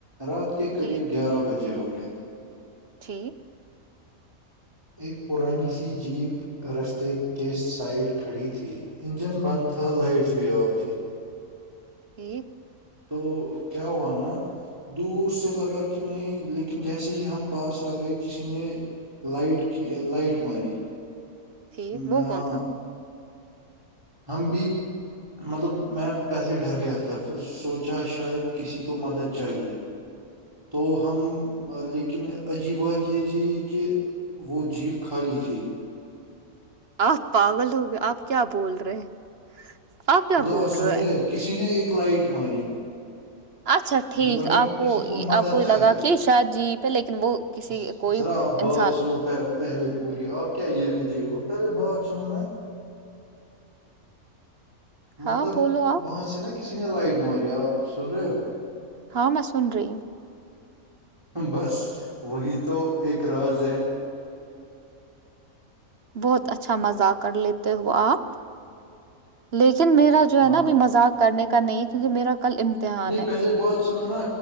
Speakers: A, on the right; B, on the right.
A: رات کے قریب
B: ٹھیک
A: گیارہ بجے ہوں گے
B: ٹھیک
A: ایک پرانی سی جیپ رستے کے سائڈ کھڑی تھی انجن بند تھا لائٹس بھی آف تھی
B: ایک
A: تو کیا ہوا نا دور سے لگا کہ نہیں لیکن جیسے ہی ہم پاس آ گئے کسی نے لائٹ کی لائٹ ماری
B: ٹھیک
A: م-
B: وہ
A: ہاں
B: کون تھا
A: ہم بھی مطلب میں پہلے ڈر گیا تھا پھر سوچا شاید کسی کو مدد چاہیے
B: اچھا
A: تو ہم لیکن عجیب بات یہ تھی کہ وہ جیپ کھای تھی
B: آپ پاگل ہو گئے آپ کیا بول رہے ہیں آپ کیا
A: مطلب
B: بول
A: سمجرے
B: رہے ہو
A: کسی نے ایک لائٹ ماری
B: اچھا ٹھیک
A: ہمیں لگا
B: آپ
A: کہ
B: کو
A: کسی مدد
B: آپ کو یہ
A: چاہیے
B: لگا کہ شاید جی پہ لیکن وہ کسی
A: ز-
B: کوئی
A: ذرا آپ بات
B: انسان
A: سنو پہلے پوری آپ کیا یہ عجیب پہلے بات سنو نا
B: ہاں
A: مطلب
B: بولو آپ
A: وہاں سے نا کسی نے لائٹ ماری آپ سن رہے ہو
B: ہاں میں سن رہی ہ
A: بس وہی تو ایک راز ہے
B: بہت اچھا مزاق کر لیتے ہو آپ لیکن میرا جو ہے
A: ہاں
B: نا ابھی مذاق کرنے کا نہیں ہے کیونکہ میرا کل امتحان
A: نہیں
B: ہے
A: پہلے بات سنو نا